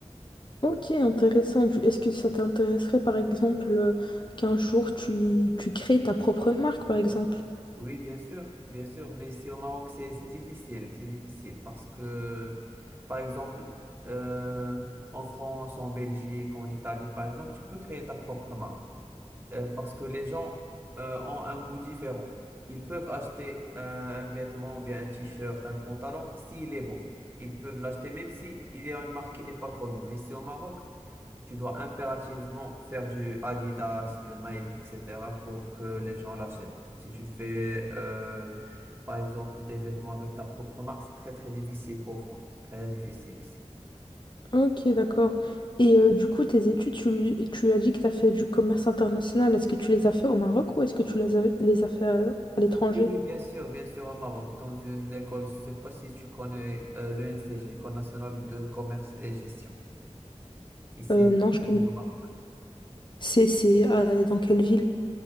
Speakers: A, on the left; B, on the right.
A: Ok, intéressant. Du- Est-ce que ça t'intéresserait, par exemple, euh, qu'un jour tu, tu crées ta propre marque, par exemple?
B: Oui, bien sûr, bien sûr, mais c'est au Maroc, c'est c'est difficile, c'est difficile parce que, par exemple, euh, en France, en Belgique, en Italie, par exemple, tu peux créer ta propre marque euh, parce que les gens euh, ont un goût différent. Ils peuvent acheter euh, un vêtement, bien un t-shirt, un pantalon, s'il est beau. Ils peuvent l'acheter même si il y a une marque qui n'est pas connue. Mais c'est au Maroc, tu dois impérativement faire du Adidas, du Nike, etc. pour que les gens l'achètent. Si tu fais, euh, par exemple, des vêtements avec ta propre marque, c'est très, très difficile pour vendre. Très difficile ici.
A: Ok, d'accord. Et euh, du coup, tes études, tu, tu as dit que tu as fait du commerce international. Est-ce que tu les as fait au Maroc ou est-ce que tu les as, les as fait à, à l'étranger?
B: Oui, oui, bien sûr, bien sûr, au Maroc, dans une école, je sais pas si tu connais euh, l'ENCG, École nationale de commerce et gestion, ici
A: Euh, non, je connais.
B: au Maroc.
A: C'est, c'est euh, dans quelle ville?